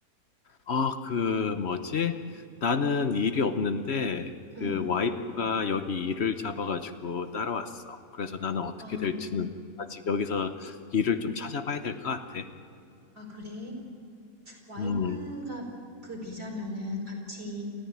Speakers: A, on the left; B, on the right.
A: 아, 그, 뭐지? 나는 일이 없는데,
B: 응.
A: 그 와이프가 여기 일을 잡아가지고 따라왔어. 그래서 나는 어떻게
B: 아,
A: 될지는 아직 여기서 일을 좀 찾아봐야 될 것 같아.
B: 아, 그래. 와이프가
A: 음.
B: 그 비자면은 같이